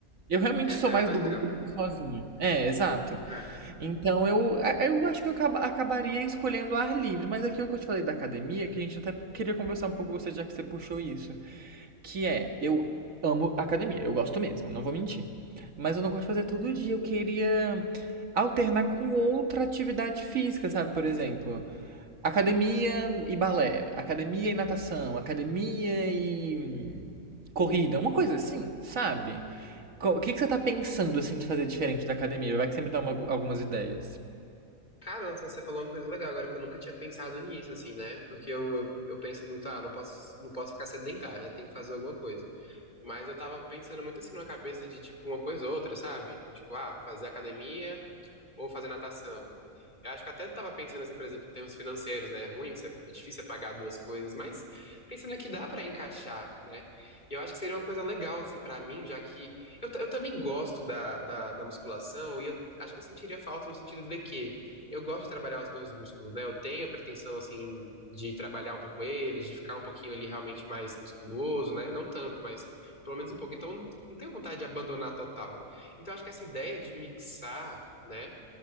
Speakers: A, on the right; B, on the left.
A: Eu realmente
B: É,
A: sou
B: tá,
A: mais
B: é uma coisa
A: do grupo
B: legal.
A: do que sozinho. É, exato.
B: É.
A: Então eu, a- eu acho que eu acaba- acabaria escolhendo o ar livre, mas aquilo que eu te falei da academia, que a gente até queria conversar um pouco com você, já que você puxou isso, que é, eu amo academia, eu gosto mesmo, não vou mentir. Mas eu não gosto de fazer todo dia, eu queria alternar com outra atividade física, sabe? Por exemplo, academia e balé, academia e natação, academia e corrida, uma coisa assim, sabe? O que, que você tá pensando assim de fazer diferente da academia? Vai que você me dá uma- algumas ideias.
B: Cara, nossa, mas você falou uma coisa legal agora que eu nunca tinha pensado nisso, assim, né? Porque eu, eu, eu penso muito, ah, eu não posso, não posso ficar sedentário, né? Tem que fazer alguma coisa. Mas eu tava pensando muito assim na cabeça de, tipo, uma coisa ou outra, sabe? Tipo, ah, fazer academia ou fazer natação. Eu acho que até tava pensando assim, por exemplo, em termos financeiros, né? É ruim, você- é difícil é pagar duas coisas, mas pensando que dá para encaixar, né? E Eu acho que seria uma coisa legal assim para mim, já que eu, t- eu também gosto da, da, da musculação e eu acho que eu sentiria falta no sentido de que eu gosto de trabalhar os meus músculos, né? Eu tenho a pretensão assim de trabalhar um pouco eles, de ficar um pouquinho ali realmente mais musculoso, né? Não tanto, mas pelo menos um pouco. Então eu não, não tenho vontade de abandonar total. Então eu acho que essa ideia de mixar, né?